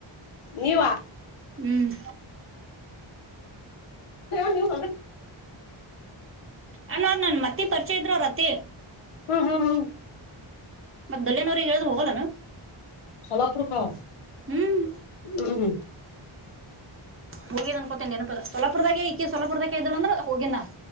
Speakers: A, on the left; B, on the right.
A: ನೀವ
B: ಹ್ಮ್
A: ನೀವು
B: ಅಣವದ್ ನನ್ ಮತ್ತಿ ಪರಿಚಯ ಇದ್ರು ರತಿ
A: ಹ್ಮ್ ಹ್ಮ್ ಹ್ಮ್
B: ದಲೇನವ್ರರಿಗೆಗ್ ಹೇಳಿದ್ ಹೋಗಲ್ಲಾನ
A: ಸಲಪ ಪ್ರಕಾರ
B: ಹ್ಮ್
A: ಹ್ಮ್ ಹ್ಮ್
B: ಹೋಗಿದ ಅನ್ಕೋತೀನಿ ನನಪ ಸಲಪುರದಾಗೆ ಈ ಸಲಪುರದಾಗ ಇದ್ದಳ ಅಂದ್ರ ಹೋಗಿನ